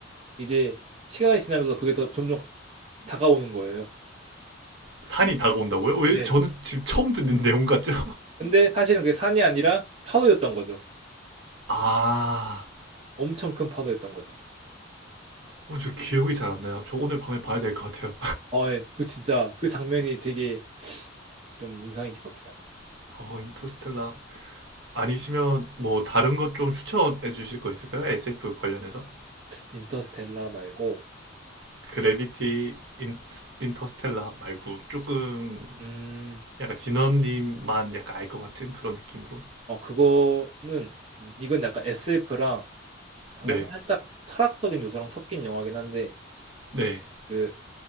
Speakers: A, on the right; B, on the right.
A: 이제 시간이 지나면서 그게 더 점점 다가오는 거예요.
B: 산이 다가온다고요? 왜
A: 네.
B: 저는 지금 처음 듣는 내용 같죠?
A: 근데 사실은 그게 산이 아니라 파도였던 거죠.
B: 아,
A: 엄청 큰 파도였던 거죠.
B: 어, 저 기억이 잘 안 나요. 저 오늘 밤에 봐야 될 것 같아요.
A: 아, 예. 그 진짜 그 장면이 되게 좀 인상이 깊었어요.
B: <laughs> 어, 인터스텔라. 아니시면 뭐 다른 것 좀 추천해 주실 거 있을까요? SF 관련해서?
A: 인터스텔라 말고,
B: 그래비티 인, 인터스텔라 말고 조금
A: 음,
B: 약간 진원님만 약간 알 것 같은 그런 느낌으로.
A: 어, 그거는, 음, 이건 약간 SF랑 약간
B: 네,
A: 살짝 철학적인 요소랑 섞인 영화긴 한데,
B: 네.
A: 그,